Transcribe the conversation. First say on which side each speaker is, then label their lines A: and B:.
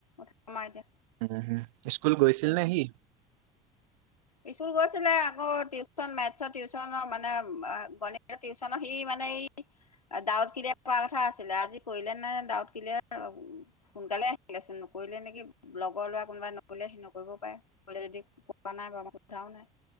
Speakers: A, on the left; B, on the right.
A: কমাই এতিয়া
B: উম হম স্কুল গৈছিল নে সি?
A: এই চুৰ গছ ছিলে আকৌ টিউচন মেথছৰ টিউচনৰ মানে অ গণিত টিউচ সি মানে দাঁৱত ক্লিয়াৰ ক কথা আছিলে আজি কৰিলে নে ডাঁৱত কিলিয়াৰ সোনকালে আহছিলে চোন কৰিলে নেকি লগৰ ল'ৰা কোনোবাই নকৰিলে হেনো নকৰিবও পাই কৰি যদি পোৱা নাই বাও মই সোধাও নাই